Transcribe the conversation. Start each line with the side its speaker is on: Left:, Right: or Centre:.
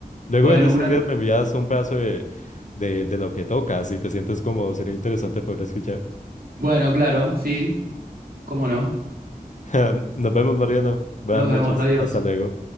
Left: Luego
Right: Bueno,
Left: en estos
Right: un gran...
Left: días me envías un pedazo de, de, de lo que tocas y te sientes como sería interesante poder escuchar.
Right: Bueno, claro, sí. ¿Cómo no?
Left: <laughs> Nos vemos, Mariano. Buenas
Right: Nos vemos,
Left: noches.
Right: adiós.
Left: Hasta luego.